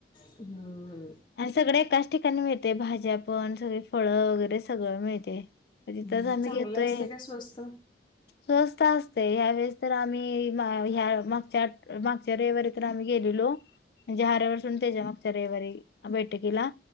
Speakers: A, on the left; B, on the left.
A: ह
B: आणि सगळ एकाच ठिकाणी मिळते भाज्या पण सगळी फळं वगैरे सगळं मिळते तिथच
A: हं.
B: आम्ही
A: चांगलं
B: घेतोय
A: असते का स्वस्त
B: स असते ह्यावेेळेस तर आम्ही ह्या मागच्या मागच्या रविवारी तर आम्ही गेलेलो म्हणजे हऱ्यावर सड त्याच्या मागच्या रविवारी बैठकीला